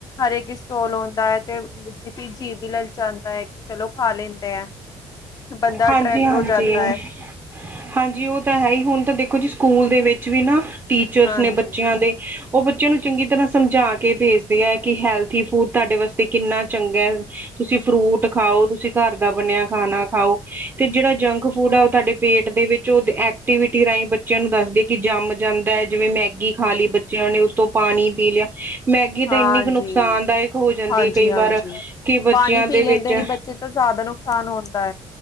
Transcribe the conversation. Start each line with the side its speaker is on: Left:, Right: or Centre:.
Left: ਹਰ ਇੱਕ ਸਟੋਲ ਆਉਂਦਾ ਹੈ, ਤੇ ਜੀ ਵੀ ਲਲਚਾਂਦਾ ਹੈ ਕਿ ਚਲੋ, ਖਾ ਲੈਂਦੇ ਹੈ ਬੰਦਾ
Right: ਹਾਂਜੀ
Left: ਅਟਰ੍ਰੈਕਟ
Right: ਹਾਂਜੀ
Left: ਹੋ ਜਾਂਦਾ ਹੈ।
Right: ਹਾਂਜੀ, ਉਹ ਤਾਂ ਹੈ ਹੀ ਹੁਣ ਤਾਂ ਦੇਖੋ ਜੀ ਸਕੂਲ ਦੇ ਵਿੱਚ ਵੀ ਨਾ, ਟੀਚਰਸ
Left: ਹਾਂਜੀ।
Right: ਨੇ ਬੱਚਿਆਂ ਦੇ, ਉਹ ਬੱਚਿਆਂ ਨੂੰ ਚੰਗੀ ਤਰ੍ਹਾਂ ਸਮਝਾ ਕੇ ਭੇਜਦੇ ਆ ਕਿ ਹੈਲਥੀ ਫੂਡ ਤੁਹਾਡੇ ਵਾਸਤੇ ਕਿੰਨਾ ਚੰਗਾ ਹੈ‌। ਤੁਸੀਂ ਫਰੂਟ ਖਾਓ, ਤੁਸੀਂ ਘਰ ਦਾ ਬਣਿਆ ਖਾਣਾ ਖਾਓ। ਤੇ ਜਿਹੜਾ ਜੰਕ ਫੂਡ ਆ ਉਹ ਤੁਹਾਡੇ ਪੇਟ ਦੇ ਵਿੱਚ ਉਹ ਐਕਟੀਵਿਟੀ ਰਾਹੀਂ ਬੱਚਿਆਂ ਨੂੰ ਦੱਸਦੇ, ਕਿ ਜੰਮ ਜਾਂਦਾ ਹੈ, ਨੇ ਜਿਵੇਂ ਮੈਗੀ ਖਾ ਲਈ ਬੱਚਿਆਂ ਨੇ ਉੱਤੋਂ ਪਾਣੀ ਪੀ ਲਿਆ ਮੈਗੀ ਤਾਂ
Left: ਹਾਂਜੀ
Right: ਇੰਨੀ ਕੁ ਨੁ ਨੁਕਸਾਨਦਾਇਕ ਹੋ ਜਾਂਦੀ
Left: ਹਾਂਜੀ
Right: ਹੈ ਕਈ
Left: ਹਾਂਜੀ
Right: ਵਾਰ, ਕਿ ਬੱਚਿਆਂ
Left: ਪਾਣੀ ਪੀ
Right: ਦੇ
Left: ਲੈਂਦੇ
Right: ਵਿੱਚ
Left: ਨੇ ਬੱਚੇ ਤਾਂ ਜ਼ਿਆਦਾ ਨੁਕਸਾਨ ਹੁੰਦਾ।